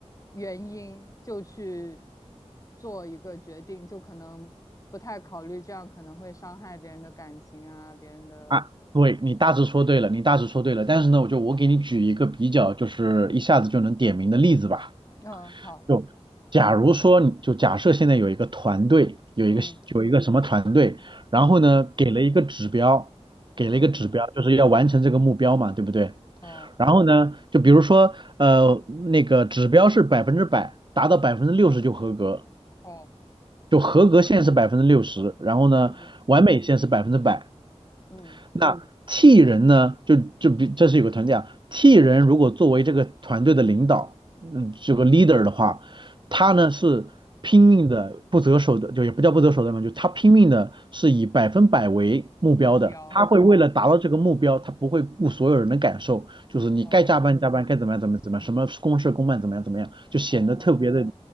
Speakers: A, on the left (about 30°); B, on the right (about 45°).
A: 原因就去做一个决定，就可能不太考虑这样可能会伤害别人的感情啊，别人的，
B: 啊，对你大致说对了，你大致说对了。但是呢，我就我给你举一个比较，就是一下子就能点名的例子吧。
A: 嗯，好，
B: 就假如说你，就假设现在有一个团队，有一个有一个什么团队，
A: 嗯
B: 然后呢给了一个指标，
A: 嗯
B: 给了一个指标，
A: 嗯，
B: 就是要完成这个目标嘛，对不对？
A: 哦
B: 然后呢，就比如说呃那个指标是百分之百，达到百分之六十就合格，
A: 哦，
B: 就合格线是百分之六十，然后呢完美线是百分之百。
A: 嗯嗯，
B: 那 T 人呢，就就比这是有个团队啊，T 人如果作为这个团队的领导，嗯，这个 leader 的话，他呢是拼命的不择手段，就也不叫不择手段嘛，就他拼命的是以百分百为目标的，
A: 目标，
B: 他会为了达到这个目标，
A: 哦
B: 他不会顾所有人的感受，就是你该加班加班，
A: 哦。
B: 该怎么样怎么样怎么样，什么公事公办怎么样怎么样，就显得特别的
A: 哦，